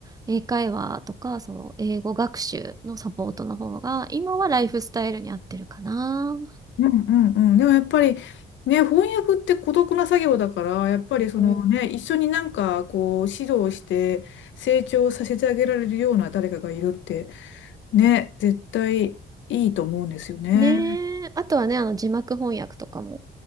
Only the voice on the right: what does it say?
英会話とか、その、英語学習のサポートの方が、今はライフスタイルに合ってるかな。
うん
ねえ、あとはね、あの、字幕翻訳とかも